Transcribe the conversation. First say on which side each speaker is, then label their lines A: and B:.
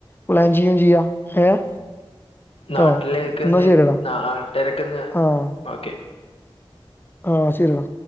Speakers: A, on the left; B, on the left.
A: പ്ലാൻ ചെയ്യും ചെയ്യാം ഏഹ്
B: നാട്ടിലേക്കെന്ന്
A: ട്ടോ എന്നാ ശരിയടാ
B: നട്ടാരൊക്കെന്ന്
A: ആഹ്
B: ഓക്കേ
A: ആഹ് ശരിടാ